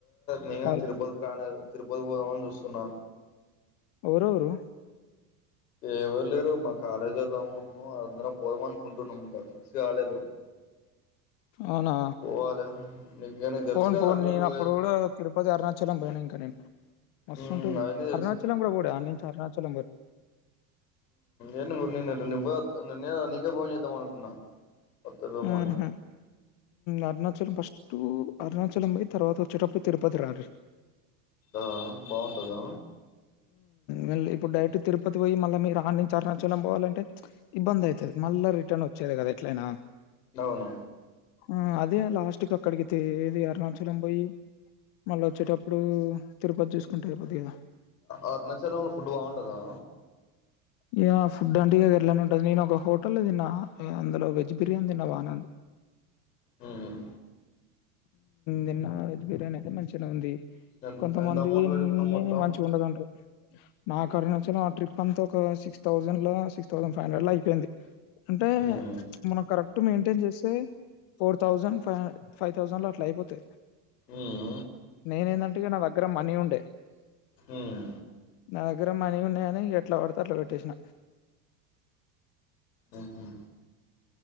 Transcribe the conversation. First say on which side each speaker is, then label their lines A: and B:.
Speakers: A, on the left; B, on the left.
A: నను
B: కాల్
A: తిరుపతి ప్లాన్ తిరుపతి పోదామని చూస్తున్నా
B: ఎవరెవరు
A: ఎవరు లేరు మా కాలేజీ వాళ్ళ అన్నా అందరం పోదామ అనుకుంటున్నాం ఇంకా ఫిక్స్ కాలేదు
B: అవునా
A: పోవాలే. నీకు నీకు తెలుసు
B: పోను
A: కదా
B: పోను
A: అటు
B: నను
A: ఇటు పోయేది.
B: అప్పుడు కూడా తిరుపతి అరుణాచలం పోయినాం ఇంకా నింపు మస్తు
A: హ్మ్.
B: ఉంటుది
A: అయన్నీ తెలుసు.
B: అరుణాచలం కూడా పోడి అన్నించి అరుణాచలం వరు
A: ఏం నన్నవ నిన్న నీకే ఫోన్ చేద్దాం అనుకున్నా వత్తడేమోని
B: ఉహు అరుణాచలం ఫస్ట్ అరుణాచలం పోయి తర్వాత వచ్చేటప్పుడు తిరుపతి రారి
A: ఆ బాగుంటందా
B: మళ్ళీ ఇప్పుడు డైరెక్ట్ తిరుపతి పోయి మళ్ళీ మీరు ఆన్ని నుంచి అరుణాచలం పోవాలంటే ఇబ్బంది అవుతుంది మల రిటర్న్ వచ్చేదికధ అట్లేనా
A: అవును
B: ఆ అదే లాస్ట్ క అక్కడికిది అరుణాచలం పోయి మళ్ళీ వచ్చేటప్పుడు తిరుపతి చూసుకుంటా అయిపోద్ కదా
A: అరుణాచలంలో ఫుడ్ బాగుంటదా
B: ఇ ఫుడ్ అంటగా గరలేనే ఉంటుది నేను ఒక హోటల్ తిన్నా అందులో వెజ్ ప్రియం తిన్నవా నన్ను
A: హమ్
B: నిన్న వెజ్ బిర్యానీ అయితే మంచిగానే ఉంది
A: ఎంత
B: కొంతమందిని
A: ఎంత అమౌంట్ పెట్టుకున్నాం మొత్తం
B: మంచి ఉండదంటారు నాకు అరుణాచలం ఆ ట్రిప్ అంతా ఒక సిక్స్ థౌసండ్ లో సిక్స్ థౌసండ్ ఫైవ్ హండ్రెడ్ లో అయిపోయింది అంటే
A: ఉమ్
B: మనం కరెక్ట్ మెయింటైన్ చేస్తే four thousand five five thousand లో అట్లా అయిపోతా్
A: ఉమ్
B: నేనేందంటే నా దగ్గర మనీ ఉండే
A: ఉమ్
B: నా దగ్ దగ్గర మనీ ఉన్నాయని ఎట్లా పడతే అట్లా పెట్టేసిన
A: ఉహు